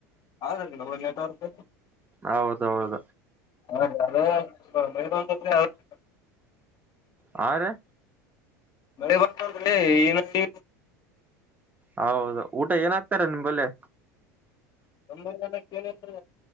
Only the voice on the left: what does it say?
ಆಡವಾಗಿಲ್ಲ ನವ ನೆಟ್ವರ್ಕ್
ಸರ್ ಅದು ಮಳಿ ಬಂದ ತಕ್ಸನ ಹೋಗಿಬಿಡತದ
ಮಳಿ ಬಂತಂದ್ರಿ ಏನು ಕೀ
ನಮ್ಮಲ್ಲಿ ಅನ್ನಾಕ ಏನು ಐತ್ರಿ